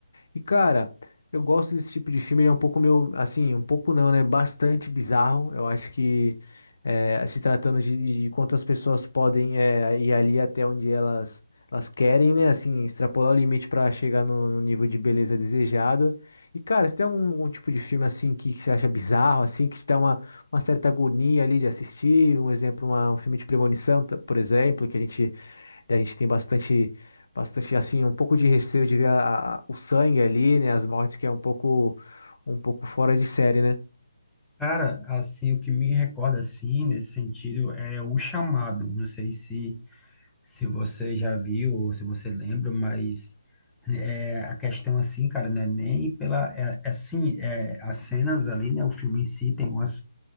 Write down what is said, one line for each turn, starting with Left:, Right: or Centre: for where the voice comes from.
Left: e cara, eu gosto desse tipo de filme, ele é um pouco meu, assim, um pouco não, né? Bastante bizarro. Eu acho que eh, se tratando de, de de quantas pessoas podem eh, ir ali até onde elas elas querem, né? Assim, extrapolar o limite para chegar no, no nível de beleza desejado. E cara, se tem algum, algum tipo de filme assim que, você acha bizarro, assim, que te dá uma, uma certa agonia ali de assistir, um exemplo, uma- um filme de premonição, t- por exemplo, que a gente e A gente tem bastante, bastante assim, um pouco de receio de ver a- a- o sangue ali, né? As mortes que é um pouco, um pouco fora de série, né?
Centre: Cara, assim, o que me recorda, assim, nesse sentido, é o chamado. Não sei se se você já viu ou se você lembra, mas é, a questão assim, cara, não é nem pela, é, é assim, é, as cenas ali, né, o filme em si tem umas,